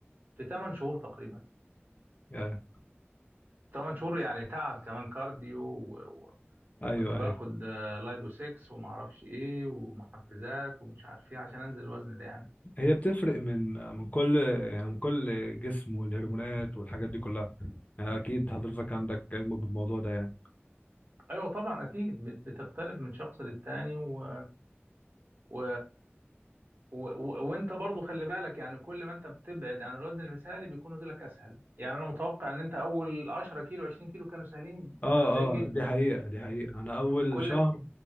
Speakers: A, on the right (about 50°); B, on the left (about 35°).
A: في 8 شهور تقريبا
B: يا.
A: 8 شهور يعني تعب كمان كارديو و... و-
B: ايوه
A: وكنت باخد
B: ايوه
A: آه، لايبو 6 وما اعرفش ايه ومحفزات ومش عارف ايه عشان انزل الوزن ده يعني
B: هي بتفرق من من كل يعني من كل جسم والهرمونات والحاجات دي كلها يعني اكيد حضرتك عندك علم بالموضوع ده يعني
A: ايوه طبعا اكيد بت- بتختلف من شخص للتاني و... و... و... و... وانت برضو خلي بالك يعني كل ما انت بتبعد عن الوزن المثالي بيكون نزولك اسهل يعني انا متوقع ان انت اول 10 كيلو 20 كيلو كانوا سهلين
B: اه
A: كانوا سهلين جدا
B: اه دي حقيقة دي حقيقة انا اول
A: كل
B: شهر
A: ما-